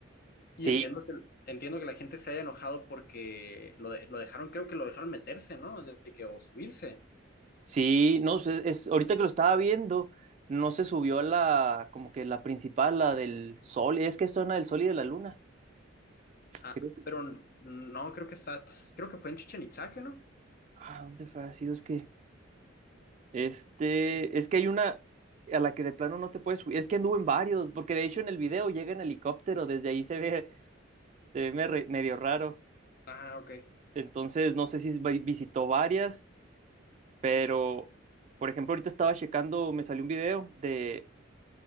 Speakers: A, on the left; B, on the right.
A: Y
B: Sí,
A: entiendo que, entiendo que la gente se haya enojado porque lo, de- lo dejaron, creo que lo dejaron meterse, ¿no? De de que o subirse.
B: sí, no sé, es, ahorita que lo estaba viendo, no se subió a la, como que la principal, la del sol, es que esto es una del sol y de la luna.
A: Ah,
B: Creo que,
A: pero no, creo que estás, creo que fue en Chichen Itzá, ¿que ¿no?
B: ah, ¿dónde fue? Ha sido, es que, este, es que hay una a la que de plano no te puedes subir, es que anduvo en varios, porque de hecho en el video llega en helicóptero, desde ahí se ve, se ve me- medio raro.
A: Ah, ok.
B: Entonces, no sé si vi- visitó varias. Pero, por ejemplo, ahorita estaba checando, me salió un video de